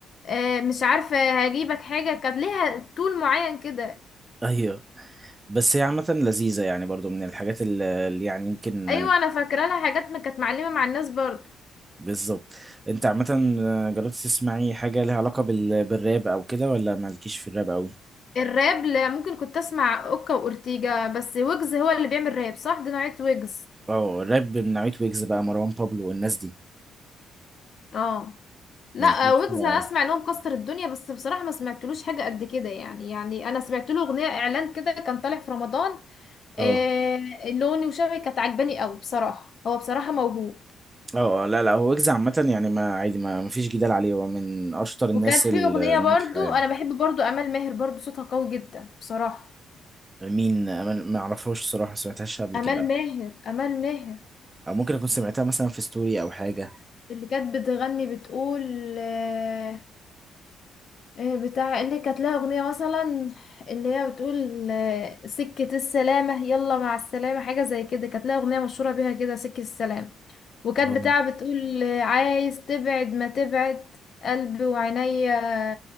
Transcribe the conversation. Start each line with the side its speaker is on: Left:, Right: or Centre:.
Left: آه... مش عارفه هجيبك حاجه كانت ليها طول معين كده
Right: ايوه بس هي عامة لذيذة يعني برضو من الحاجات اللي اللي يعني يمكن
Left: ايوه انا فاكره لها حاجات ما كانت معلمه مع الناس برضه
Right: بالظبط انت عامة آه، جربت تسمعي حاجة ليها علاقة بال... بالراب او كده ولا مالكيش في الراب قوي
Left: الراب لا ممكن كنت اسمع اوكا واورتيجا بس ويجز هو اللي بيعمل راب صح دي نوعيه ويجز
Right: اه الراب من نوعية ويجز بقى مروان بابلو والناس دي
Left: اه لا
Right: مالكيش
Left: ويجز
Right: فيها
Left: انا اسمع ان هو مكسر الدنيا بس بصراحه ما سمعتلوش حاجه قد كده يعني يعني انا سمعت له اغنيه اعلان كده كان طالع في رمضان
Right: اه
Left: آه لوني وشبهي كانت عجباني قوي بصراحه هو بصراحه موهوب
Right: اه آه، لا لا هو ويجز عامة يعني ما عادي ما, ما فيش جدال عليه هو من اشطر الناس
Left: وكانت
Right: ال-
Left: في اغنيه
Right: الناجحة
Left: برضو
Right: يعني
Left: انا بحب برضو امال ماهر برضو صوتها قوي جدا بصراحه
Right: مين ما ما اعرفهاش الصراحة سمعتهاش قبل
Left: امال
Right: كده
Left: ماهر امال ماهر
Right: او ممكن اكون سمعتها مثلا في ستوري او حاجة
Left: اللي كانت بتغني بتقول آه، إيه بتاع اللي كانت لها أغنية مثلا اللي هي بتقول آه، سكة السلامة يلا مع السلامة حاجة زي كده كانت لها أغنية مشهورة بيها كده سكة السلامة وكانت
Right: اه
Left: بتاع بتقول آه، عايز تبعد ما تبعد قلبي وعينيا